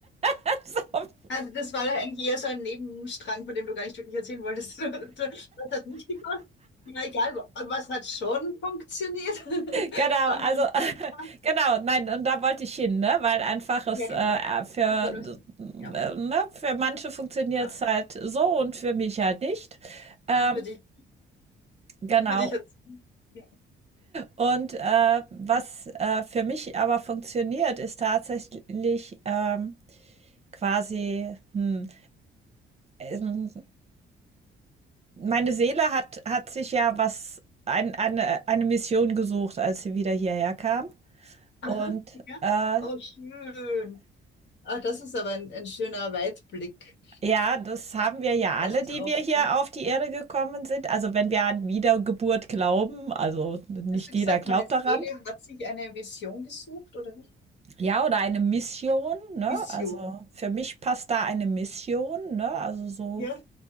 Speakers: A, on the right; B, on the left.
A: <laughs> So,
B: Also das war ja eigentlich eher so ein Nebenstrang, von dem du gar nicht wirklich erzählen wolltest. <laughs> Das hat nicht gepasst. Ja, egal, wa- was hat schon funktioniert? <laughs>
A: Genau,
B: Schauen
A: also
B: wir uns
A: <laughs>
B: das an.
A: genau, nein, und da wollte ich hin, ne? Weil einfach es
B: Ja, genau.
A: äh, für,
B: Das war nur so. Ja,
A: äh, ne? für manche funktioniert
B: ja.
A: es halt so und für mich halt nicht. Ähm,
B: Und für dich,
A: genau.
B: für dich jetzt. Ja.
A: Und äh, was äh, für mich aber funktioniert, ist tatsächlich ähm, quasi, hm, ähm, meine Seele hat, hat sich ja was, ein, eine, eine Mission gesucht, als sie wieder hierher kam.
B: Aha,
A: Und
B: ja.
A: äh,
B: Oh, schön. Ah, das ist aber ein, ein schöner Weitblick.
A: Ja, das haben wir ja
B: Das passt
A: alle, die
B: ja auch
A: wir hier
B: zum
A: auf die Erde gekommen sind. Also wenn wir an Wiedergeburt glauben, also nicht
B: Hast du gesagt,
A: jeder glaubt
B: meine Seele
A: daran.
B: hat sich eine Vision gesucht oder nicht?
A: Ja, oder eine Mission, ne?
B: Vision.
A: Also für mich passt da eine Mission, ne? Also so,
B: Ja.